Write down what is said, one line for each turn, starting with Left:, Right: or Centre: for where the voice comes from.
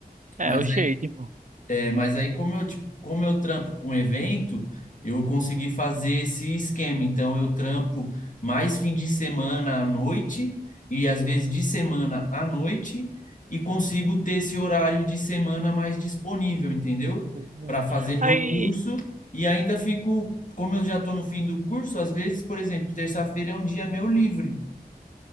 Right: É,
Left: Mas
Right: oxi, aí, tipo.
Left: é, Mas aí, como eu, tipo, como eu trampo com evento, eu consegui fazer esse esquema. Então, eu trampo mais fim de semana à noite e às vezes de semana à noite e consigo ter esse horário de semana mais disponível,
Right: hum,
Left: entendeu?
Right: pois é.
Left: Para fazer meu
Right: Aí,
Left: curso e ainda fico, como eu já estou no fim do curso, às vezes, por exemplo, terça-feira é um dia meu livre.